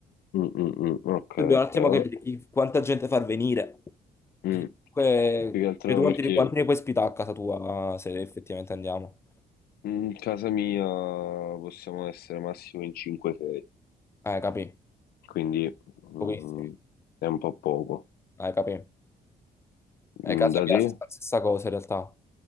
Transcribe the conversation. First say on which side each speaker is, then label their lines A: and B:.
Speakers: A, on the left; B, on the left.
A: Mm, mm, mm. Ok,
B: Dobbiamo
A: ok,
B: un attimo
A: vabbè.
B: capire chi- quanta gente far venire.
A: Mm.
B: Perché comunque
A: Più che altro
B: vedo quanti,
A: perché
B: quanti ne puoi ospitare a casa tua se effettivamente andiamo.
A: in casa mia possiamo essere massimo in 5-6,
B: Eh, capì?
A: quindi mm,
B: Pochissimi.
A: è un po' poco.
B: Eh, capì? Eh,
A: Mm,
B: casa
A: Da
B: mia
A: te?
B: è la stessa stessa cosa in realtà.